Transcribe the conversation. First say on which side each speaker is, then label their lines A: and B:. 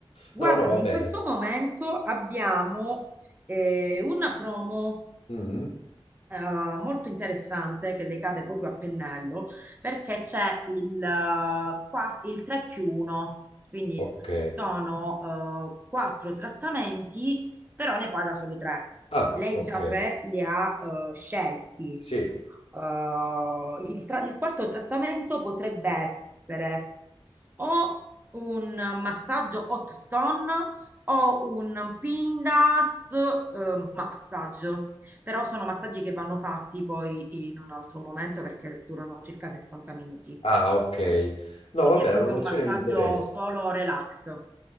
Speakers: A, on the right; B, on the left.
A: guardi,
B: No, no, va bene.
A: in questo momento abbiamo eh, una promo.
B: Mm,
A: eh, molto interessante che le cade proprio a pennello perché c'è il, eh, qua- il 3 più 1, quindi
B: ok.
A: sono eh, quattro trattamenti, però ne paga solo tre.
B: Ah,
A: Lei
B: ok.
A: già tre li ha eh, scelti.
B: Sì.
A: Eh, il, tra- il quarto trattamento potrebbe essere o un massaggio hot stone o un Pindas eh, massage. Però sono massaggi che vanno fatti poi in un altro momento perché durano circa 60 minuti.
B: Ah, ok. No,
A: Quindi
B: vabbè,
A: è
B: la
A: proprio
B: promozione
A: un massaggio
B: mi interessa.
A: solo relax.